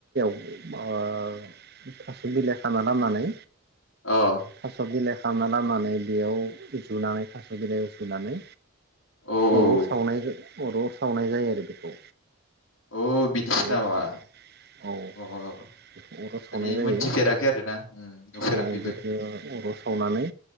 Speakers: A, on the right; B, on the left.
A: <unintelligible> अ थास'बिलाय खानानै फाननानै
B: अ
A: थास'बिलाय दानना लानानै बेयाव जुनानै थास' बिलाइयाव सुनानै
B: औ
A: अराव सावनायजो अराव सावनाय जायो आरो बेखौ
B: औ बिदिसो
A: अराव
B: नामा
A: औ
B: अ
A: बेखौ अराव सावनाय
B: माने
A: जायो
B: मोनथिफेराखै आरोना उम नुफेराखैबो
A: औ बेखौ अराव सावनानै